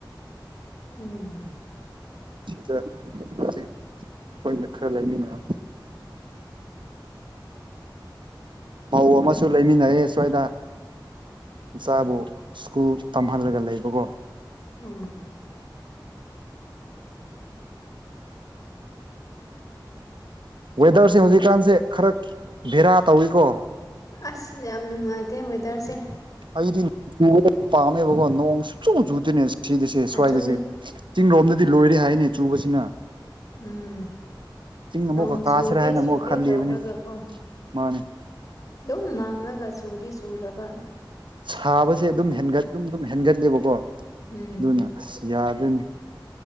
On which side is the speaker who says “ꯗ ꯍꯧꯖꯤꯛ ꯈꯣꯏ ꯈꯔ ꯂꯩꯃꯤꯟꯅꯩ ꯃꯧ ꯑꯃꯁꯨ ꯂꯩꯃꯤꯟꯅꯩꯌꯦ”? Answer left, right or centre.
Right